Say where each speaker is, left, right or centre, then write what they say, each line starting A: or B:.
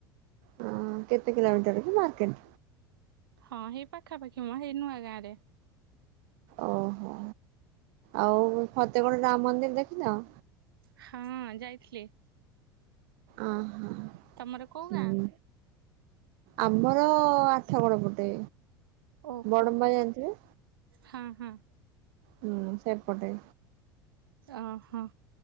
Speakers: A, on the right; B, on the right.
A: ହଁ କେତେ କିଲୋମିଟରକି ମାର୍କେଟ?
B: ହଁ ହେଇ ପାଖାପାଖି ମ ହେଇ ନୂଆ ଗାଁ ରେ।
A: ଓହୋ ଆଉ ଫତେଗଡ ରାମ ମନ୍ଦିର ଦେଖିନ?
B: ହଁ ଯାଇଥିଲେ।
A: ଅହ
B: ତମର କୋଉ
A: ହୁଁ
B: ଗାଁ?
A: ଆମର ଆ ଆଠଗଡ ପଟେ
B: ଓହୋ
A: ବଡମ୍ବା ଜାଣିଥିବେ?
B: ହଁ ହଁ।
A: ହୁଁ ସେପଟେ।
B: ଅ ହଁ।